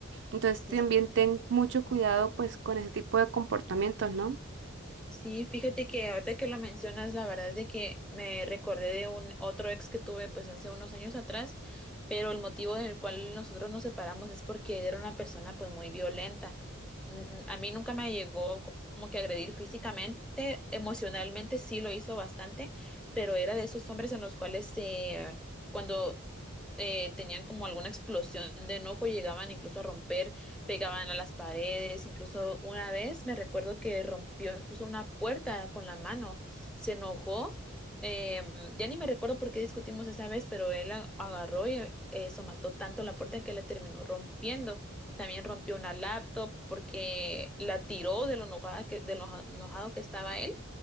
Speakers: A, on the right; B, in the centre.
A: Entonces
B: Sí.
A: también ten mucho cuidado, pues, con ese tipo de comportamientos, ¿no?
B: Sí, fíjate que ahorita que lo mencionas, la verdad es de que me recordé de un otro ex que tuve pues hace unos años atrás, pero el motivo del cual nosotros nos separamos es porque él era una persona pues muy violenta. Mm, A mí nunca me llegó co- como que agredir físicamente, emocionalmente sí lo hizo bastante, pero era de esos hombres en los cuales eh, cuando eh, tenían como alguna explosión de enojo llegaban incluso a romper pegaban a las paredes, incluso una vez me recuerdo que rompió incluso una puerta con la mano, se enojó, em, ya ni me recuerdo por qué discutimos esa vez, pero él a- agarró y eso mató tanto la puerta que la terminó rompiendo. También rompió una laptop porque la tiró de lo enojada que, de lo enoja- enojado que estaba él,